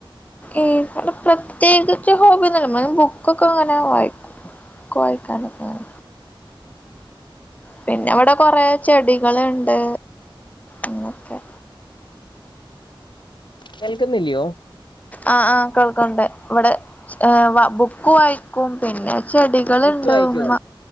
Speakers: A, on the left; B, on the left.
A: ഈവടെ പ്രത്യേകിച്ച് ഹോബി ഒന്നുല്ല മ്മൾ ബുക്കൊക്ക ങ്ങനെ വായി ബുക്ക് വായിക്കാനൊക്കേണ് പിന്നെ ഇവടെ കൊറേ ചെടികൾണ്ട് എന്നൊക്കെ
B: കേൾക്കുന്നില്ല്യാ
A: ആഹ് ആഹ് കേൾക്കണ്ട് ഇവിടെ ബുക്ക് വായിക്കും പിന്നെ ചെടി കളുണ്ട്
B: ബുക്ക് വായിക്കുവോ
A: ഉമ്മ